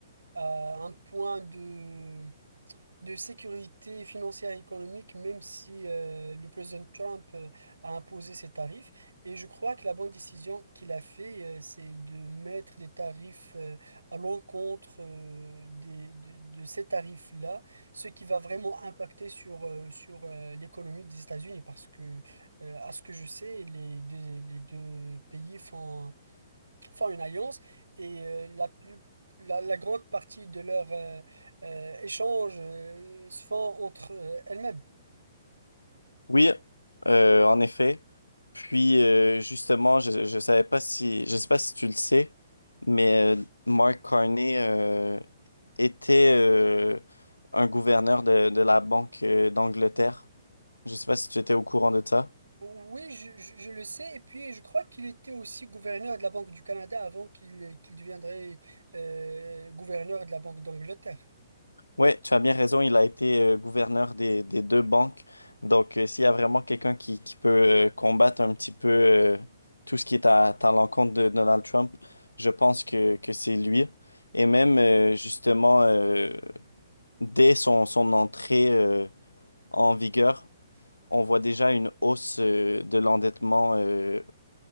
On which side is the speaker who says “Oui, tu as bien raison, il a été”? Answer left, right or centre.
Left